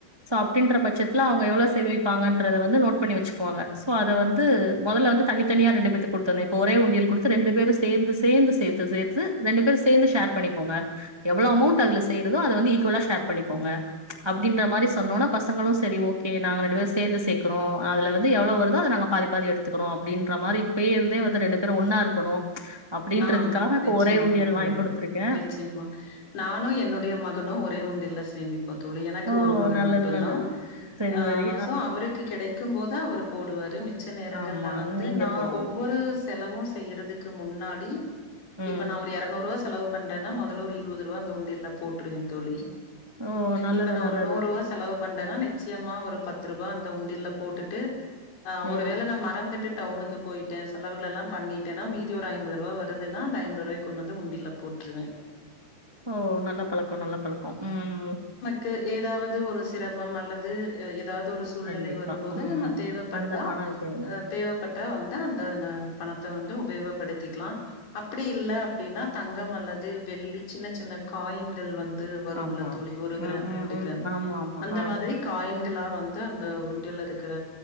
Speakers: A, on the right; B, on the left.
A: சாப்டின்ற பட்சத்தில அவங்க எவ்ளோ சேமிப்பாங்கன்றத வந்து நோட் பண்ணி வச்சுக்குவாங்க சோ அத வந்து மொதல்ல வந்து தனித்தனியா ரெண்டு பேத்துக்கு குடுத்திருந்தேன் இப்ப ஒரே உண்டியல் குடுத்து ரெண்டு பேரும் சேந்து சேந்து சேத்து சேத்து ரெண்டு பேரும் சேர்ந்து ஷேர் பண்ணிக்கோங்க எவ்ளோ அமௌண்ட் அதுல சேருதோ அத வந்து ஈக்குவலா ஷேர் பண்ணிக்கோங்க அப்டின்ற மாரி சொன்னோன பசங்களும் சரி ஓகே நாங்க இரண்டு பேரும் சேந்து சேக்குறோ அதுல வந்து எவ்ளோ வருதோ அத நாங்க பாதி பாதி எடுத்துக்கறோ அப்டின்ற மாரி இப்யே இருந்தே ரெண்டு பேரும் ஒன்னா இருக்கணு அப்டின்றதுக்காக
B: ஆ
A: இப்ப
B: நிச்சயமா
A: ஒரே உண்டியல்
B: தோழி
A: வாங்கி குடுத்துருக்கே
B: நிச்சயமா நானு என்னுடைய மகனும் ஒரே உண்டில சேமிப்போ தோழி எனக்கு
A: ஓ
B: ஒரு மகன்
A: நல்லது
B: மட்டும்
A: நல்லது
B: தான்
A: சரி
B: ஆ
A: சரி
B: சோ அவருக்கு கெடைக்கும் போது அவரு போடுவாரு மிச்ச நேரங்கள்ல
A: ஆமா
B: வந்து
A: நீங்க
B: நான்
A: போடுவீங்க
B: ஒவ்வொரு செலவு செய்யறதுக்கு முன்னாடி
A: ம்
B: இப்ப நா ஒரு எறநூற்ரூவா செலவு பண்றன்னா மொதல்ல ஒரு இருவது ரூவா அந்த உண்டியல்ல போட்ருவே தோழி
A: ஓ நல்லது
B: இப்ப நா
A: நல்லது
B: ஒரு நூற்ரூவா செலவு பண்றேன்னா நிச்சயமா ஒரு பத்து ரூபா அந்த உண்டில்ல போட்டுட்டு ஆ ஒரு
A: ம்
B: வேள நா மறந்துட்டு டவுனுக்கு போயிட்டேன் செலவுகள் எல்லாம் பண்ணிட்டேன்னா மீதி ஒரு ஐம்பது ரூவா வருதுன்னா அந்த ஐம்பது ரூவா கொண்டு வந்து உண்டில போட்ருவே
A: ஓ நல்ல பழக்கோ நல்ல பழக்கோ உம்
B: கு எதாவது ஒரு சிரமம் அல்லது ஏதாது ஒரு சூழ்நிலை
A: கண்டிப்பா
B: வரும்போது
A: ம்
B: நம்ம தேவைப்பட்டா
A: அந்த பண உபயோகம்
B: அ தேவ பட்டா வந்தா அந்த பணத்த வந்து உபயோகப்படுத் திக்கலா அப்படில்ல அப்படின்னா தங்கம் அல்லது வெள்ளி சின்ன சின்ன காயின்கள் வந் து வருஉள்ள
A: ஆமா
B: தோழி ஒரு கிராம்
A: ம் ம்
B: ரெண்டு
A: ம்
B: கிராம்
A: ஆமா ஆமா
B: அந்த
A: ஆ
B: மாதிரி காயின்களா வந்து அந்த உண்டியில இருக்கிற